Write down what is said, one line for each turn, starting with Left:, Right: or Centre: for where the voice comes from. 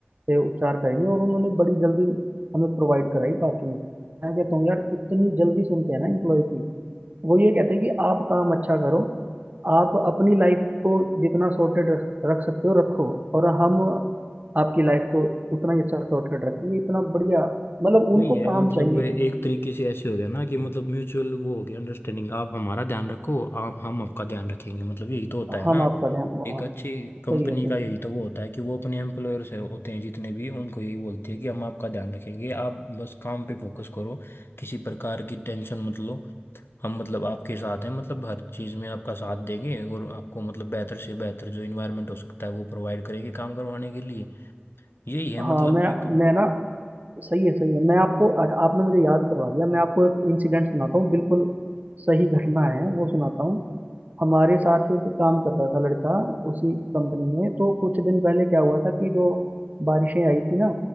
Right: से उपचार करेंगे और उन्होंने बड़ी जल्दी हमें प्रोवाइड कराई पार्किंग मैं कहता हूँ यार इतनी जल्दी सुनते हैं ना इम्प्लॉय की वो ये कहते हैं कि आप काम अच्छा करो आप अपनी लाइफ को जितना सॉर्टेड रख रख सकते हो रखो और हम आपकी लाइफ को उतना ही अच्छा सॉर्टेड रखेंगे इतना बढ़िया मतलब
Left: वही
Right: उनको
Left: है
Right: काम
Left: मतलब
Right: चाहिए
Left: वे एक तरीके से ऐसे हो गया ना कि मतलब म्यूचुअल वो हो गया अंडरस्टैंडिंग आप हमारा ध्यान रखो आप हम आपका ध्यान रखेंगे मतलब यही तो होता है
Right: हम
Left: ना
Right: आपका ध्यान वहाँ
Left: एक अच्छी कंपनी
Right: सही है सही
Left: का यही
Right: है
Left: तो वो होता है कि वो अपने एम्प्लॉयर से होते हैं जितने भी उनको यही बोलती है कि हम आपका ध्यान रखेंगे आप बस काम पे फोकस करो किसी प्रकार की टेंशन मत लो हम मतलब आपके साथ हैं मतलब हर चीज़ में आपका साथ देंगे और आपको मतलब बेहतर से बेहतर जो इन्वायरमेंट हो सकता है वो प्रोवाइड करेंगे काम करवाने के लिए यही है मतलब
Right: हाँ मैं
Left: एक
Right: मैं ना सही है सही है मैं आपको अच्छा, आपने मुझे याद करवा दिया मैं आपको एक इंसिडेंट सुनाता हूँ बिल्कुल सही घटना है वो सुनाता हूँ हमारे साथ ही एक काम करता था लड़का उसी कंपनी में तो कुछ दिन पहले क्या हुआ था कि जो बारिशें आई थी ना